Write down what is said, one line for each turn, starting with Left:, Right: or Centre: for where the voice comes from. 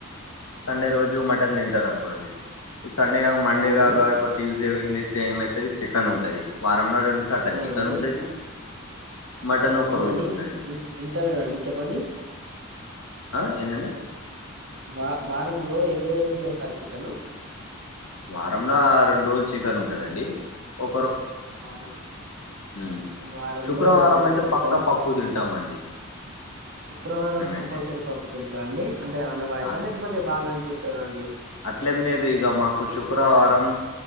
Left: సండే రోజు మటన్ తింటారనుకోండి సండే గక మండే
Right: అవును
Left: గక ఎక్కువ ట్యూస్ డే వెడ్స్నాస్ డే ఏం అయిది చికెన్ ఉంటది వారంల రెండు సార్
Right: అవునండి
Left: చికేన్ ఉంటది మటన్
Right: ఆ
Left: ఒక
Right: ఏమండి
Left: రోజు ఉంటది
Right: ఇ ఇన్ ఇం ఇంటాలేనండి చెప్పండి
Left: ఆ ఏందండి
Right: వా వారంలో ఎ ఎన్ని రోజులు చేస్తారు చికెను
Left: వారంలో రెండు రోజులు చికెన్ ఉంటందండి ఒ
Right: వారం
Left: ఉమ్.
Right: వారంలో
Left: శుక్రవారం
Right: రెండు రోజులు
Left: అయితే
Right: చికెన్
Left: పక్కా పప్పు తింటామండి
Right: శుక్రవారం
Left: మేమైతే
Right: కంపల్సరీ పప్పు తింటారా అండి అంటే ఆనవాయితా
Left: ఆ
Right: లేకపోతే బాగా అనిపిస్త ేదాండి
Left: అట్లేం లేదు ఇగ మాకు శుక్రవారం,